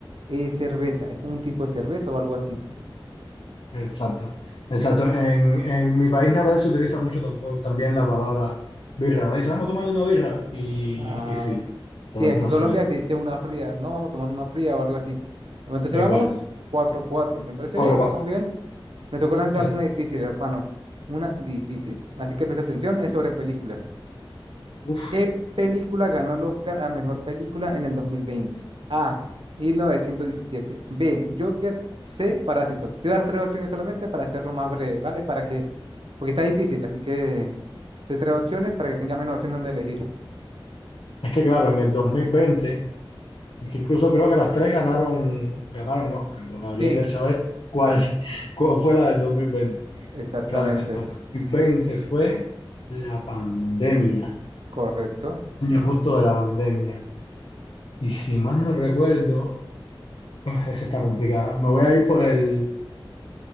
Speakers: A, on the right; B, on the left.
A: es cerveza. Es como un tipo de cerveza o algo así.
B: Exacto. Exacto. En, en mi país natal se utiliza mucho tampo- también la palabra birra. Me dicen, vamos tomando una birra. Y,
A: Ah,
B: y sí,
A: ok. Sí,
B: entonces
A: aquí
B: una
A: en
B: cerveza.
A: Colombia se dice una fría. No, vamos a tomar una fría o algo así. Bueno, Entonces
B: Es
A: vamos
B: igual.
A: cuatro cuatro, Me parece
B: Cuatro
A: bien,
B: cuatro.
A: vamos bien. Me tocó lanzarle
B: Es,
A: una difícil, hermano. Una difícil. Así que presta atención, es sobre películas.
B: uf.
A: ¿Qué película ganó el Oscar a mejor película en el 2020? A. 1917. B. Joker. C. Parásitos. Te voy a dar tres opciones solamente para hacerlo más breve, ¿vale? Para que. Porque está difícil, así que. Te tres opciones para que tenga menos opciones donde elegir.
B: Es que claro, en el 2020. Es que incluso creo que las tres ganaron, ganaron Oscar. Lo que habría
A: Sí,
B: que saber cuál, <laughs> cuál fue la del 2020.
A: Exactamente,
B: Claro, el 2020 fue la pandemia,
A: correcto.
B: año justo de la pandemia. Y si mal no recuerdo, ah, esa está complicada. Me voy a ir por el,